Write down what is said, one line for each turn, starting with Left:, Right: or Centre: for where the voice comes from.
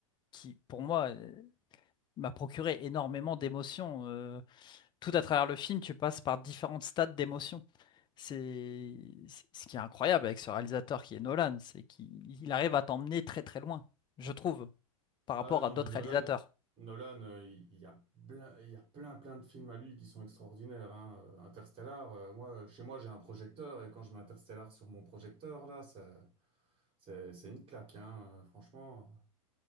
Left: qui, pour moi, euh, m'a procuré énormément d'émotions. euh, tout à travers le film, tu passes par différentes stades d'émotion. C'est c'est- ce qui est incroyable avec ce réalisateur qui est Nolan, c'est qu'il il arrive à t'emmener très très loin, je trouve, par rapport
Right: Ah non,
Left: à d'autres
Right: mais Nolan,
Left: réalisateurs.
Right: Nolan, euh, il il y a plein, il y a plein, plein de films à lui qui sont extraordinaires. hein. Euh, Interstellar, euh, moi, chez moi, j'ai un projecteur et quand je mets Interstellar sur mon projecteur, là, ça- c'est, c'est une claque, hein, euh, franchement.